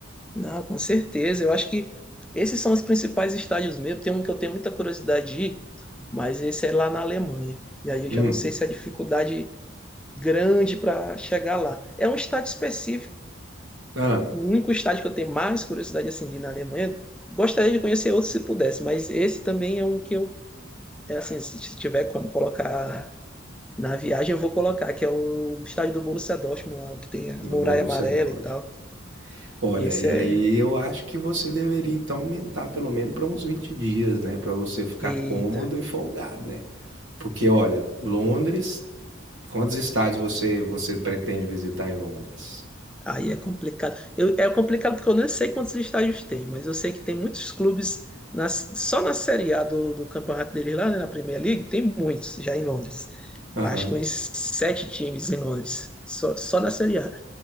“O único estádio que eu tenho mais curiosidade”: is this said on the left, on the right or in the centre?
Centre